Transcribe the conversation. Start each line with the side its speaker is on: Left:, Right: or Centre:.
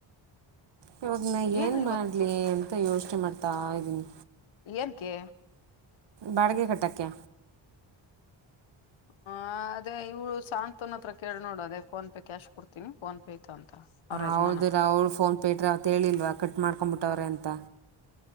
Right: ಇವಾಗ ನ ಏನ್
Left: ಏನು
Right: ಮಾಡ್ಲಿ
Left: ಇವತ್ತು
Right: ಅಂತ ಯೋಚನೆ ಮಾಡ್ತಾ ಇದ್ದೀನಿ
Left: ಏನ್ಕ್ಕೆ
Right: ಬಾಡಿಗೆ ಕಟ್ಟಕ್ಕೆ
Left: ಹ ಅದೇ ಇವಳ ಸಾಂತ್ವನ ಹತ್ರ ಕೇಳಿ ನೋಡು ಅದೇ ಫೋನ್ ಪೇ ಕ್ಯಾಶ್ ಕೊಡ್ತ ನಿ ಫೋನ್ ಪೇ ಐತ ಅಂತ ಅವ್ರ ಯಜಮಾನ
Right: ಹೌದಿಲ್ಲ ಅವ್ಳು ಫೋನ್ ಪೇ ಇಟ್ರೆ ಅವತ್ತು ಹೇಳಿಲ್ವಾ ಕಟ್ ಮಾಡ್ಕೊಂಬಿಟ್ಟವ್ರೆ ಅಂತ